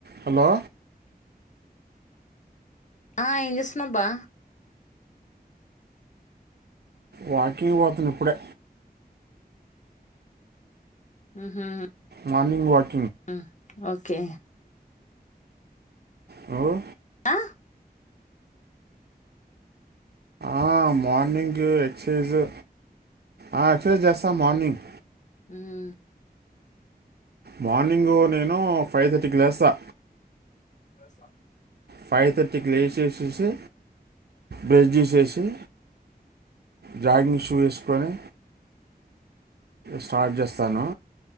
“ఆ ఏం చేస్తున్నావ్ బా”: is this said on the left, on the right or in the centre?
Left